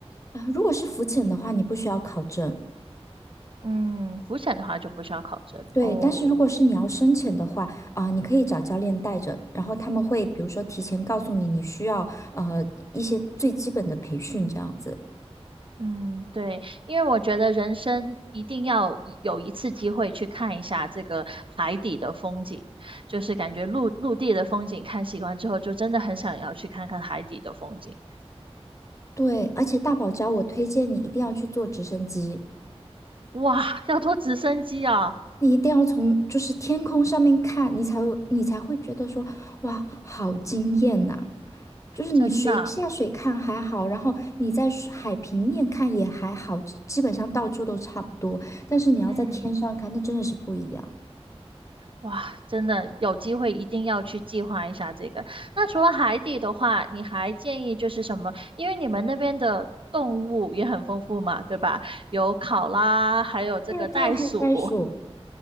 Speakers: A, on the left (about 30°); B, on the right (about 55°).
A: 啊、如果是浮潜的话，你不需要考证。
B: 嗯，浮潜的话就不需要考证哦。
A: 对，但是如果是你要深潜的话，啊、你可以找教练带着，然后他们会比如说提前告诉你你需要呃一些最基本的培训这样子。
B: 嗯，对，因为我觉得人生一定要一有一次机会去看一下这个海底的风景，就是感觉陆陆地的风景看习惯之后，就真的很想要去看看海底的风景。
A: 对，而且大堡礁我推荐你一定要去坐直升机，
B: 哇，要坐直升机啊，
A: 你一定要从就是天空上面看，你才会你才会觉得说，哇，好惊艳呐、就是你水下水看还好，
B: 真的，
A: 然后你在水海平面看也还好，基本上到处都差不多。但是你要在天上看，
B: 嗯，
A: 那真的是不一样。
B: 哇，真的有机会一定要去计划一下这个。那除了海底的话，你还建议就是什么？因为你们那边的动物也很丰富嘛，对吧？有考拉，还有这个袋鼠。
A: 对呀，对呀，还有袋鼠。